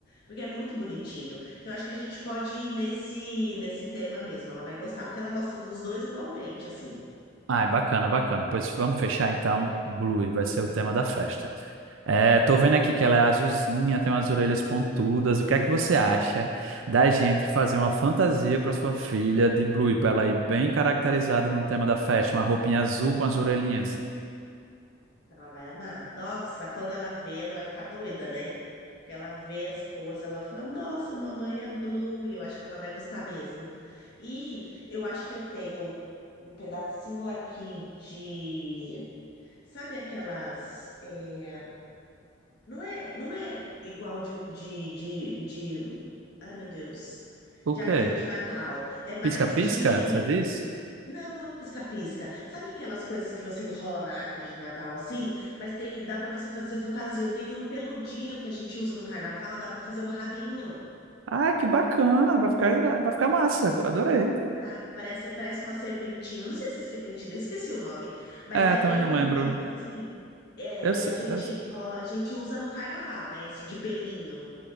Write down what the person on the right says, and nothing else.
Ah, é bacana, bacana. Pois vamos fechar então, Blue, vai ser o tema da festa. É, tô vendo aqui que ela é azulzinha, tem umas orelhas pontudas. O que é que você acha da gente fazer uma fantasia para sua filha de Blue, para ela ir bem caracterizada no tema da festa, uma roupinha azul com as orelhinhas?
O
quê?
Pisca-pisca,
você diz?
Ah, que bacana, vai ficar, ira- vai ficar massa, adorei.
É,
também
não
lembro.
Eu,
se-
eu,